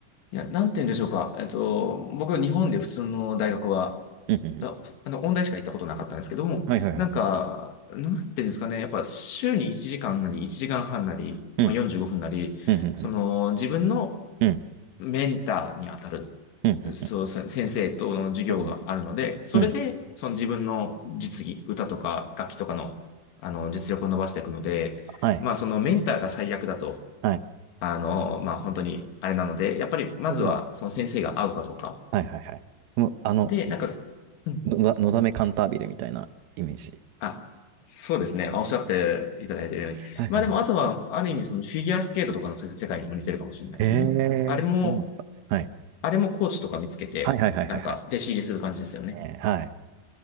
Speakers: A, on the left; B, on the right.
A: いや、なんて言うんでしょうか。えっと、僕、日本で普通の大学は、
B: うんうんうん。
A: ああの、音大しか行ったことなかったんですけども、
B: はいはいはい。
A: なんか、なんて言うんですかね。やっぱ、週に1時間なり、1時間半なり、
B: うん、
A: まあ、45分なり、
B: うん、うん、
A: その、自分の
B: うん、うん、
A: メンターに当たる
B: うん、うん、
A: そう、
B: う
A: 先生との授業があるので、
B: ん、うん、
A: それで、
B: うん
A: その自分の実技、歌とか楽器とかの、あの、実力を伸ばしていくので、
B: はい、
A: まあ、そのメンターが最悪だと、
B: はい。
A: あの、まあ、本当にあれなので、やっぱり、まずは、
B: なるほど
A: その先生が合うかどうか。
B: はいはいはい。もう、あの、
A: で、なんか、うん
B: のだ、のだめカンタービレみたいなイメージ。
A: あ、そうですね。おっしゃっていただいているように。
B: はいはいはい。
A: まあ、でも、あとは、ある意味、そのフィギュアスケートとかの世世界にも似てるかもしれないですね。
B: へえ、
A: あれも、
B: そうなんだ。はい。
A: あれもコーチとか見つけて、
B: はいはいはいはいはい。
A: なんか、弟子入りする感じですよね。
B: ねはい。